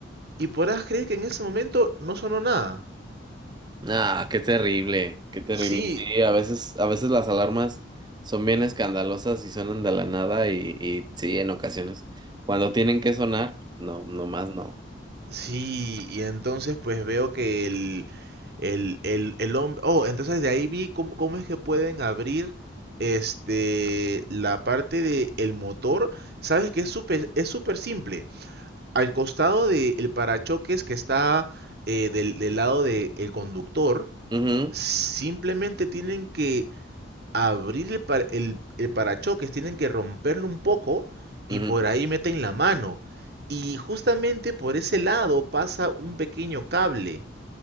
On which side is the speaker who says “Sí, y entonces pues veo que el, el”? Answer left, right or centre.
Right